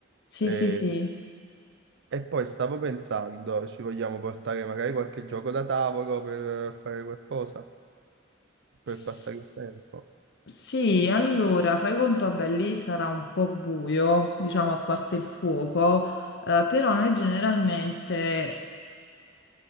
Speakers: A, on the left; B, on the right.
A: Sì,
B: E,
A: sì,
B: e poi stavo pensando, ci vogliamo portare magari qualche gioco da tavolo per fare qualcosa, per
A: sì.
B: passare il tempo.
A: Sì, allora fai conto, vabbè, lì sarà un po' buio, diciamo a parte il fuoco, eh, però noi generalmente,